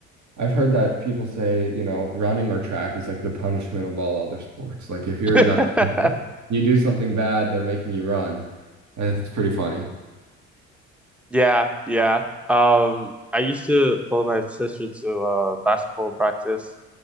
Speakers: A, on the right; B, in the centre.
A: I've heard that people say, you know, running or track is like the punishment of all other sports. Like if you're
B: <laughs>
A: in a <laughs> you do something bad, they're making you run. I think that's pretty funny.
B: Yeah, yeah. Um, I used to follow my sister to uh basketball practice